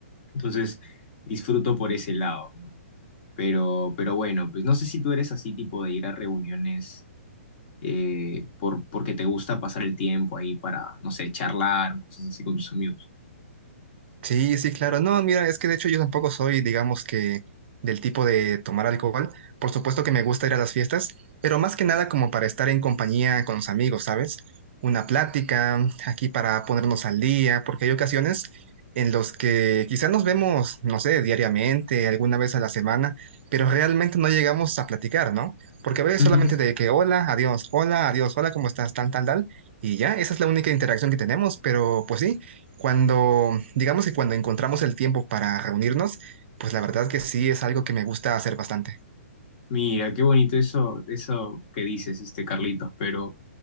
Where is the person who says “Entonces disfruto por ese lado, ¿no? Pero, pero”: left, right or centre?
Left